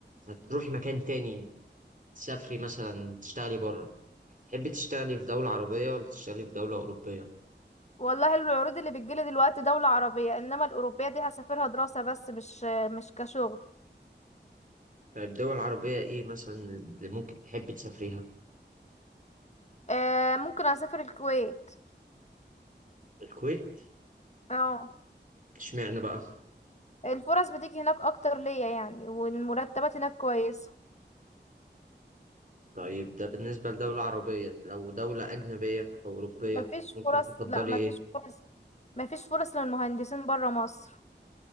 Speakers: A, on the right; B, on the left.
A: هتروحي مكان تاني تسافري مثلا تشتغلي بره تحبي تشتغلي في دولة عربية ولا تشتغلي في دولة أوروبية؟
B: والله العروض اللي بتجيلي دلوقتي دولة عربية انما الأوروبية دي هسافرها دراسة بس مش مش كشغل
A: طيب دول عربية إيه مثلا اللي ممكن تحبي تسافريها؟
B: آه ممكن اسافر الكويت
A: الكويت؟
B: اه
A: اشمعنى بقى؟
B: الفرص بتيجي هناك اكتر ليا يعني والمرتبات هناك كويسة
A: طيب ده بالنسبة لدولة عربية لو دولة أجنبية أو أوروبية
B: مفيش
A: ممكن
B: فرص
A: تفضلي
B: لا مفيش
A: إيه؟
B: فرص مفيش فرص للمهندسين برا مصر